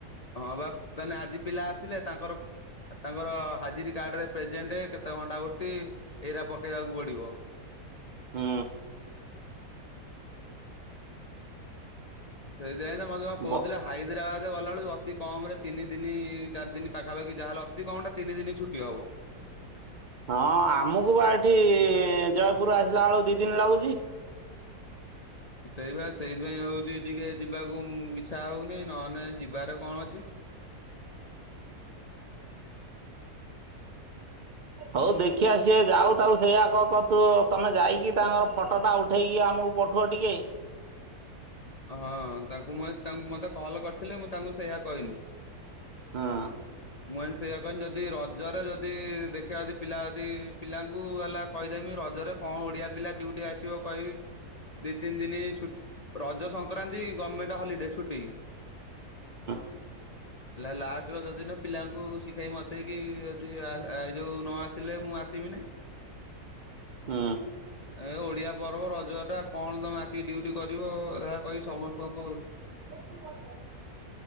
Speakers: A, on the left; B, on the right.
A: ହଁ ବା ପେନେ ଆଜି ପିଲା ଆସିଲେ ତାଙ୍କର ତାଙ୍କର ହାଜିରି କାର୍ଡ ରେ ପ୍ରେଜେଣ୍ଡେ କେତ୍ ତେ ଘଣ୍ଟା ଡ୍ୟୁଟି ଏଇରା ପକେଇବାକୁ ପଡ଼ିବ।
B: ହୁଁ।
A: ସେଇଦିପାଇଁ ତ ମଦ୍ ମା କଉଥିଲା।
B: ବ
A: ହାଇଦ୍ରାବାଦ୍ ଏ ଗଲା ବେଳୁ ଅତି କମ୍ ରେ ତିନି ଦିନି ଚାର୍ ଦିନ୍ ପାଖାପାଖି ଯାହେଲେ ଅତି କମ୍ଟା ତିନି ଦିନି ଛୁଟି ହବ୍।
B: ହଁ ଆମକୁ ବା ଏଠି ଜୟପୁର୍ ରୁ ଆସିଲା ବେଳକୁ ଦି ଦିନ୍ ଲାଗୁଛି।
A: ସେଇବା ସେଇତି ପାଇଁ ହଉଚି ଟିକେ ଯିବାକୁ ଉଁ ଇଚ୍ଛା ଅଉନେଇ ନଏଲ୍ ନେଇ ଯିବାର କଣ ଅଛି।
B: ହଉ ଦେଖିଆ ସିଏ ଯାଉ। ତାଉ ସେୟା କହ ତୁ ତମେ ଯାଇକି ତାଙ୍କର ଫଟଟା ଉଠେଇକି ଆମକୁ ପଠା ଟିକେ।
A: ହଁ ତାଙ୍କୁ ମୁଁ ଏ ତାଙ୍କୁ ମତେ କଲ୍ କରିଥିଲେ ମୁଁ ତାଙ୍କୁ ସେୟା କଇଲି।
B: ହଁ।
A: ମୁଁ ଏନ୍ ସେୟା କଇନି ଯଦି ରଜରେ ଯଦି ଦେଖିଆ ଯଦି ପିଲା ୟଦି ପିଲାଙ୍କୁ ଏଲା କଇଦେମି ରଜରେ କଁ ଓଡ଼ିଆ ପିଲା ଡ୍ୟୁଟି ଆସିବ କଇବି। ଦି ତିନ୍ ଦିନି ଛୁଟ୍ ରଜ ସଂକ୍ରାନ୍ତି ଗମେଣ୍ଟ ହଲିଡେ ଛୁଟି।
B: <inaudible>
A: ଲା ଲାଷ୍ଟ ରଜ ଦିିନ ପିଲାଙ୍କୁ ଶିଖେଇ ମତେଇକି ୟଦି ଆସ୍ ଆ ଏ ଯୋଉ ନ ଆସିଲେ ମୁଁ ଆସ୍ ବି ନାଇଁ।
B: ହୁଁ।
A: ଏଁ ଓଡ଼ିଆ ପର୍ବ ରଜ ଟା କଣ ତମେ ଆସିକି ଡ୍ୟୁଟି କରିବ ରା କହିବି ସମସ୍ତଙ୍କୁ
B: <inaudible>